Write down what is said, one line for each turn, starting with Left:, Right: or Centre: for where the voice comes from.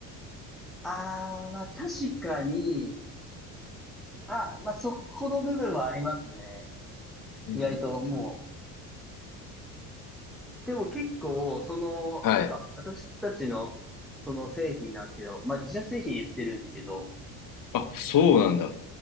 Centre: ああ、まあ確かに、まあ、まあそこの部分はありますね。
Left: うんうんうん。
Centre: 意外ともう。でも結構、その、
Left: はい。
Centre: なんか私たちの、その製品なんですけど、まあ自社製品言ってるんですけど、
Left: あ、そうなんだ。